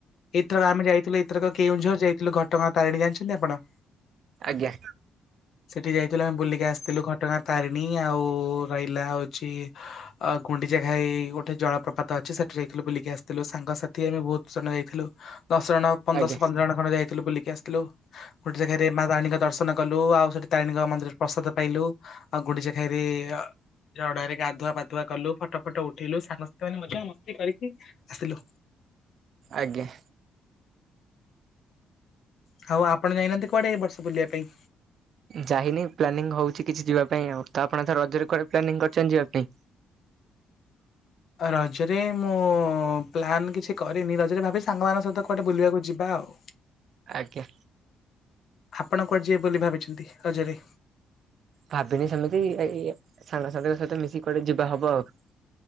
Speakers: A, on the left (about 65°); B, on the right (about 60°).
A: ଏଥରକ ଆମେ ଯାଇଥିଲୁ ଏଥରକ କେଉଁଝର ଯାଇଥିଲୁ ଘଟଗାଁ ତାରିଣୀ ଯାଣିଛନ୍ତି। <unintelligible> ପଡ଼ା
B: ଆଜ୍ଞା।
A: ସେଠି ଯାଇଥିଲୁ ଆମେ ବୁଲିକି ଆସିଥିଲୁ ଘଟଗାଁ ତାରିଣୀ ଆଉ ରହିଲା ହଉଛି। ଆ ଗୁଣ୍ଡିଜା ଘାଇ ହେଇ ଗୋଟେ ଜଳ ପ୍ରପାତ ଅଛି ସେଠି ଯାଇଥିଲୁ ବୁଲିକି ଆସିଥିଲୁ ସାଙ୍ଗସାଥି ଆମେ ବହୁତ ଜଣେ ଯାଇଥିଲୁ। ଦଶଜଣ ପନ୍ଦରଶହ
B: ଆଜ୍ଞା।
A: ପନ୍ଦର ଜଣ ଖଣ୍ଡେ ଯାଇଥିଲୁ ବୁଲିକି ଆସିଲୁ ଗୋଟେ ଗୁଣ୍ଡିଚା ଘାଇରେ ମା ତାରିଣୀଙ୍କ ଦର୍ଶନ କଲୁ ଆଉ ସେଠି ତାରିଣୀଙ୍କ ମନ୍ଦିରରେ ପ୍ରସାଦ ପାଇଲୁ। ଆଉ ଗୁଣ୍ଡିଚା ଘାଇରେ ଜଡ଼ାରେ ଗାଧୁଆ ପାଧୁଆ କଲୁ ଫଟ। ଫଟ ଉଠେଇଲୁ ସାଙ୍ଗ ସହିତ ମଜା ମସ୍ତି କରିକି ଆସିଲୁ।
B: ଆଜ୍ଞା।
A: ହଉ ଆପଣ ଯାଇନ କୁଆଡେ ବର୍ଷ ବୁଲିବା ପାଇଁ?
B: ଯାଇନି ପ୍ଲାନିଂ ହଉଛି କିଛି ଯିବା ପାଇଁ ଆଉ ତ ଆପଣଥର ରଜରେ କୁଆଡେ ପ୍ଲାନିଂ କରିଛନ୍ତି ଯିବା ପାଇଁ
A: ରଜରେ ମୁଁ ପ୍ଲାନ୍ କିଛି କରିନି ରଜରେ ଭାବିଛି ସାଙ୍ଗମାନଙ୍କ ସହିତ କୁଆଡେ ବୁଲିବାକୁ ଯିବା ଆଉ।
B: ଆଜ୍ଞା।
A: ଆପଣ କୁଆଡେ ଯିବେ ବୋଲି ଭାବିଛନ୍ତି ରଜରେ?
B: ଭାବିନି ସେମିତି ଏଇ ସାଙ୍ଗସାଙ୍ଗରେ ସାଥିରେ ମିଶିକି କୁଆଡେ ଯିବା ହବ ଆଉ।